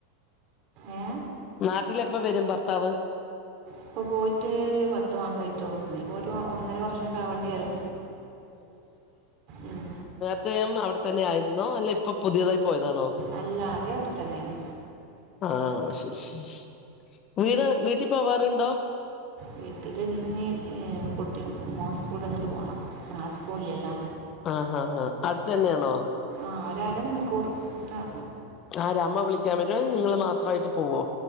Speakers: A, on the right; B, on the left.
A: ഏ
B: നാട്ടിലെപ്പം വരും ഭർത്താവ്?
A: ഇപ്പൊ പോയിട്ട് പത്തു മാസം ആയിട്ടോളൂ നീ ഇപ്പോഒരു ഒന്നര വർഷംഒക്കെ ആവേണ്ടി വരും. ഉം.
B: ത്രേം അവ്ടെ തന്നെയായിരുന്നോ അല്ലേ ഇപ്പൊ പുതിയതായി പോയതോ? അതാണോ
A: അല്ല അതേ അവിടെ തന്നെയാണ്
B: ആ ആ ശെരി ശ്‌ വീട് വീട്ടിൽ പോവാറുണ്ടോ?
A: വീട്ടിലിന്ന് ഏ കുട്ടി മോൻ സ്കൂൾട്ടെന്ന്ട്ട് പോണം നാളെ സ്ക്കൂളില്ലല്ലോ.
B: ആഹ് ഹാ ഹാ അട്ത്തെന്നെണോ?
A: ആ ഒരരമണിക്കൂർ ത
B: ആരാ അമ്മ വിളിക്കാൻ വര്യോ അല്ലെ നിങ്ങള് മാത്രമായിട്ട് പോവോ